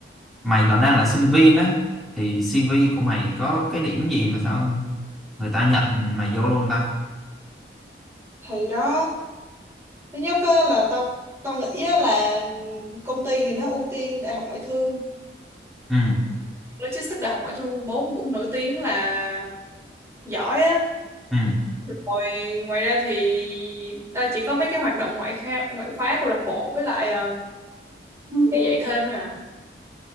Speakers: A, in the centre; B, on the right.
A: mày còn đang là sinh viên á thì CV của mày có cái điểm gì mà sao người ta nhận mày vô luôn ta
B: thì đó thứ nhất á, là tao tao nghĩ á, là công ty thì nó ưu tiên đại học ngoại thương
A: ừ
B: Logistics đại học ngoại thương vốn cũng nổi tiếng là giỏi á
A: ừ
B: rồi ngoài ra thì tao chỉ có mấy cái hoạt động ngoại khóa, ngoại khóa câu lạc bộ với lại ờ, đi dạy thêm thôi à